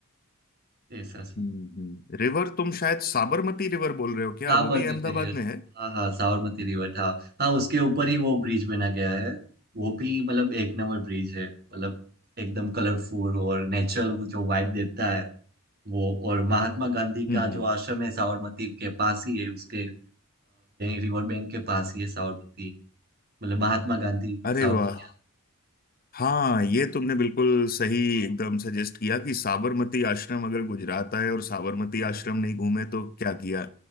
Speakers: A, on the right; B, on the left.
A: ऐसा सब
B: हम्म हम्म रिवर तुम शायद साबरमती रिवर बोल रहे हो क्या
A: साबरमती
B: वो भी अहमदाबाद
A: रिवर
B: में है
A: हाँ हाँ साबरमती रिवर हाँ हाँ उसके ऊपर ही वो ब्रिज बना गया है वो भी मतलब एक नंबर ब्रिज है मतलब एकदम कलरफुल और नेचुरल वो जो वाइब देता है वो और महात्मा गांधी
B: हम्म
A: का
B: हम्म
A: जो आश्रम है साबरमती के पास ही है उसके रिवर बैंक के पास ही है साबरमती मतलब महात्मा गांधी
B: अरे
A: साबरमती
B: वाह हाँ ये तुमने बिल्कुल सही एकदम सजेस्ट किया कि साबरमती आश्रम अगर गुजरात आए और साबरमती
A: आश्रम।
B: आश्रम नहीं घूमे तो क्या किया